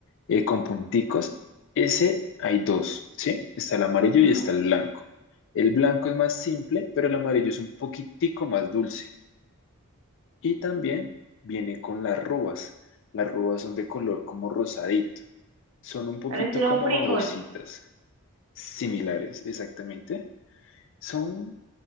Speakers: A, on the left (about 60°); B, on the right (about 75°).
A: eh, con punticos. Ese hay dos, ¿sí? Está el amarillo
B: Ujú.
A: y está el blanco. El blanco es más simple, pero el amarillo es un poquitico más dulce. Y también viene con las rubas. Las rubas son de color como rosadito. Son un poquito
B: Parecen
A: como
B: un frijol.
A: babositas, similares, exactamente. Son